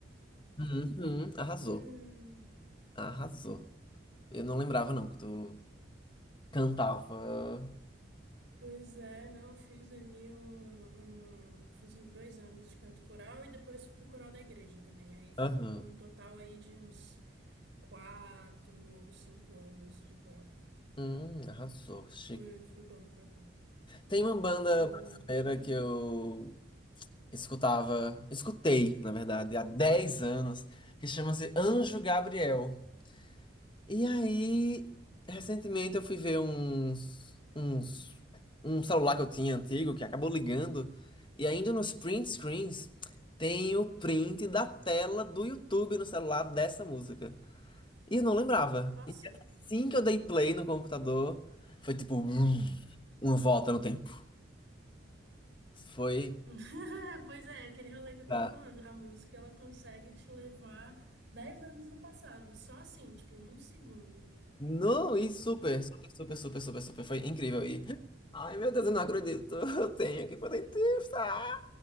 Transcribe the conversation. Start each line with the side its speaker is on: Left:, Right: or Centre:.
Left: uhum, arrasou,
Right: Hum,
Left: arrasou. Eu não lembrava, não, que tu cantava.
Right: pois é, não, fiz ali um, um- fiz um- dois anos de canto coral e depois fui pro coral da igreja também. Aí, fu-
Left: Aham.
Right: num total aí de uns quatro ou cinco anos de coral.
Left: Hum, arrasou, chique.
Right: Foi, foi bom, foi bom.
Left: Tem uma banda
Right: E,
Left: brasileira que eu escutava, escutei, na verdade, há 10 anos, que chama-se Anjo Gabriel. E aí, recentemente eu fui ver uns, uns, um celular que eu tinha antigo que acabou ligando. E ainda nos print screens tem o print da tela do YouTube no celular dessa música. E eu não lembrava.
Right: nossa.
Left: E assim que eu dei play no computador, foi tipo brum, uma volta no tempo. Foi.
Right: <laughs> Pois é, aquele rolê que eu tava
Left: pra-
Right: falando, a música ela consegue te levar 10 anos no passado, só assim, tipo, num segundo.
Left: Não, e super, super, super, super, super, super. Foi incrível. E. Ai, meu Deus, eu não acredito. <laughs> Eu tenho que poder testar.